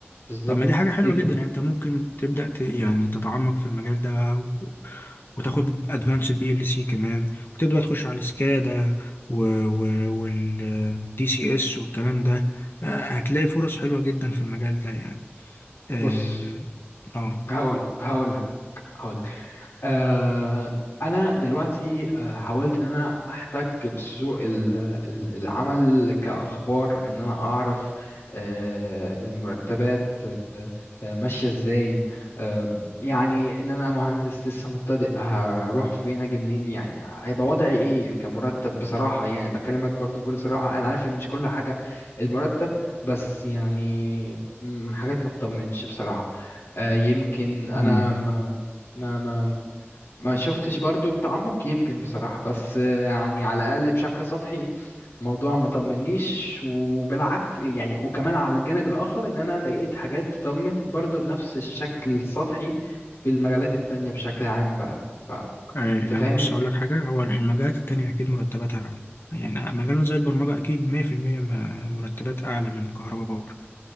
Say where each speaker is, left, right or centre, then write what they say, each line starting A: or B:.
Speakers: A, on the left; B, on the left.
A: بالظبط
B: طب ما دي حاجة
A: جدا
B: حلوة جدا يعني انت ممكن تبدأ ت... يعني تتعمق في المجال ده بقى و... وتاخد ادفانسد بي ال سي كمان وتبدأ تخش على السكادا و... و... والدي سي اس والكلام ده آه، هتلاقي فرص حلوة جدا في المجال ده يعني اه
A: بص
B: آه.
A: هقول هقول لك هقول لك آه، انا دلوقتي آه، حاولت ان انا احتك بسوق ال- ال- العمل كاخبار ان انا اعرف آه، المرتبات آه، آه، ماشيه ازاي آه، يعني ان انا مهندس لسه مبتدئ هروح فين اجي منين يعني هيبقى وضعي ايه كمرتب بصراحه يعني بكلمك برضو بكل صراحه انا عارف ان مش كل حاجه المرتب بس يعني م، حاجات ما تطمنش بصراحه آه، يمكن انا
B: امم
A: ما ما ما ما شفتش برضو بتعمق يمكن بصراحة بس آه، يعني على الأقل بشكل سطحي الموضوع ما طمنيش وبالعكس يعني وكمان على الجانب الآخر إن أنا لقيت حاجات تطمن برضو بنفس الشكل السطحي في المجالات التانية بشكل عام بقى فأنت
B: آه، يعني
A: فاهمني؟
B: بص هقول لك حاجة هو المجالات
A: مم.
B: التانية أكيد مرتباتها أعلى يعني مجالنا زي البرمجة أكيد 100% م- مرتبات أعلى من كهرباء باور